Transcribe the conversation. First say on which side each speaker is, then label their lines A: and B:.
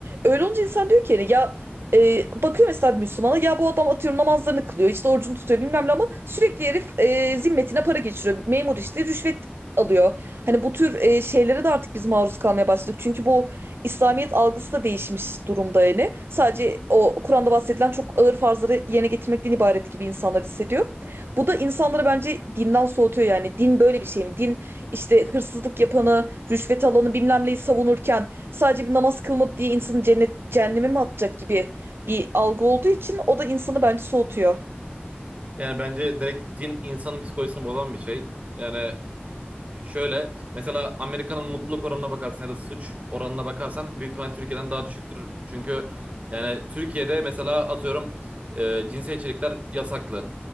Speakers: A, on the right (about 70°); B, on the right (about 35°).
A: Öyle olunca insan diyor ki yani ya e, bakıyor mesela bir Müslümana ya bu adam atıyorum namazlarını kılıyor işte orucunu tutuyor bilmem ne ama sürekli herif e, zimmetine para geçiriyor. Memur işte rüşvet alıyor. Hani bu tür e, şeylere de artık biz maruz kalmaya başladık. Çünkü bu İslamiyet algısı da değişmiş durumda yani. Sadece o Kur'an'da bahsedilen çok ağır farzları yerine getirmekten ibaret gibi insanlar hissediyor. Bu da insanları bence dinden soğutuyor yani. Din böyle bir şey mi? Din işte hırsızlık yapanı, rüşvet alanı bilmem neyi savunurken sadece bir namaz kılmadı diye insanı cennet, cehenneme mi atacak gibi bir algı olduğu için o da insanı bence soğutuyor.
B: Yani bence direkt din insanın psikolojisini bozan bir şey. Yani şöyle mesela Amerika'nın mutluluk oranına bakarsan ya da suç oranına bakarsan büyük ihtimal Türkiye'den daha düşüktür. Çünkü yani Türkiye'de mesela atıyorum e, cinsel içerikler yasaklı.